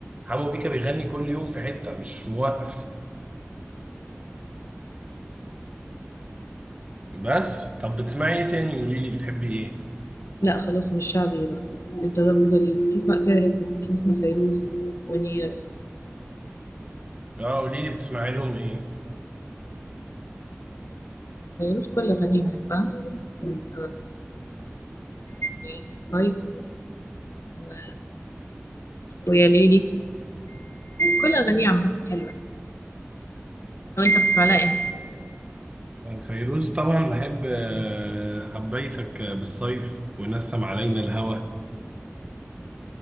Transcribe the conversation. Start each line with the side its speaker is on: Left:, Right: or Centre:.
Right: حمو بيكا بيغني كل يوم في حتة مش موقف بس طب بتسمعي ايه تاني قولي لي بتحبي ايه
Left: لا خلاص مش شعبي بقى انت ضبط ال- تسمع تاهب تسمع فيروز ونير
Right: اه قولي لي بتسمعي لهم ايه
Left: فيروز كل اغانيه بحبها آه آه، ليالي الصيف و... ويا ليلي كل اغانيه عامه حلوه لو انت بتسمع لها ايه
Right: آه، فيروز طبعا بحب آه، حبيتك بالصيف ونسم علينا الهوى